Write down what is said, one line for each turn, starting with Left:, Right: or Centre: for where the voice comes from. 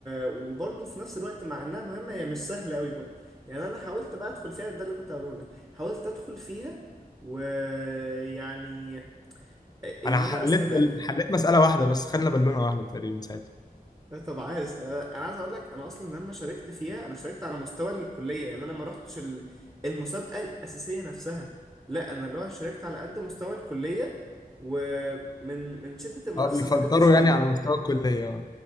Right: وبرضه في نفس الوقت مع انها مهمه هي مش سهله قوي برضه يعني انا حاولت بقى ادخل فيها ده اللي كنت هقوله لك حاولت ادخل فيها ويعني ان
Left: انا حليت
Right: انا استمر
Left: بل... حليت مساله واحده بس خدنا بالونه واحده تقريبا ساعتها
Right: لا طب عايز آه، انا عايز اقول لك انا اصلا لما شاركت فيها انا شاركت على مستوى الكليه يعني انا ما رحتش ال- المسابقه الاساسيه نفسها لا انا اللي هو شاركت على قد مستوى الكليه ومن من شده المنافسه
Left: اه بيفلتروا
Right: ما قدرتش اكمل
Left: يعني على مستوى الكليه